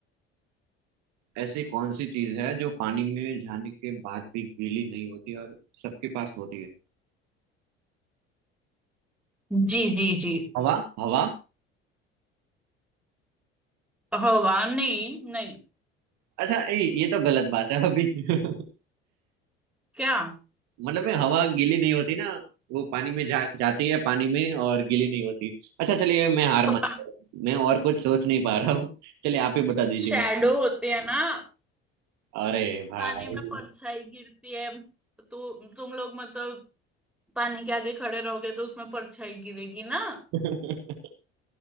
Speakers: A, on the right; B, in the centre.
A: ऐसी कौन सी चीज है जो पानी में जाने के बाद भी गीली नहीं होती और सबके पास होती है
B: जी जी जी
A: हवा हवा
B: हवा नहीं नहीं
A: अच्छा ए, ये तो गलत बात है अभी <laughs>
B: क्या
A: मतलब मैं हवा गीली नहीं होती ना वो पानी में जा, जाती है पानी में और गीली नहीं होती अच्छा चलिए मैं हार
B: तो
A: मान मैं और कुछ सोच नहीं पा रहा हूँ चलिए आप ही बता दीजिए
B: शैडो
A: मुझे।
B: होते हैं ना
A: अरे भाई
B: पानी में परछाई गिरती है तो तुम लोग मतलब पानी के आगे खड़े रहोगे तो उसमें परछाई गिरेगी ना
A: बहुत